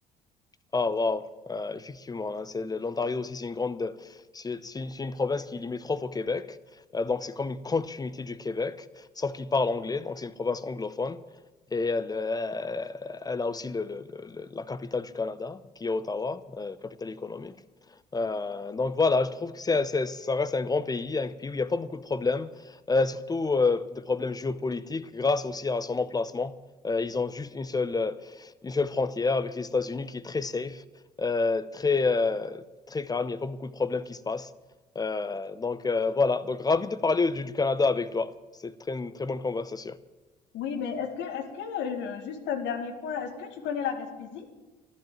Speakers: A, on the left (about 20°); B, on the left (about 60°).
A: Ah, waouh, Euh, effectivement, hein, c'est, l'Ontario aussi, c'est une grande, c'est c'est une, c'est une province qui est limitrophe au Québec, Euh, donc c'est comme une continuité du Québec, sauf qu'il parle anglais, donc c'est une province anglophone, et elle, euh, elle a aussi le- le- le- le- la capitale du Canada, qui est Ottawa, euh, capitale économique. Euh, donc voilà, je trouve que c'est, c'est- ça reste un grand pays, un pays où il n'y a pas beaucoup de problèmes, euh, surtout euh, des problèmes géopolitiques, grâce aussi à son emplacement. Euh, ils ont juste une seule une seule frontière avec les États-Unis qui est très safe, euh, très, euh, très calme. Il n'y a pas beaucoup de problèmes qui se passent. Euh, donc euh, voilà, donc ravi de parler du, du Canada avec toi. C'est très, une très bonne conversation.
B: Oui, mais est-ce que, est-ce que, euh, juste un dernier point, est-ce que tu connais la Gaspésie?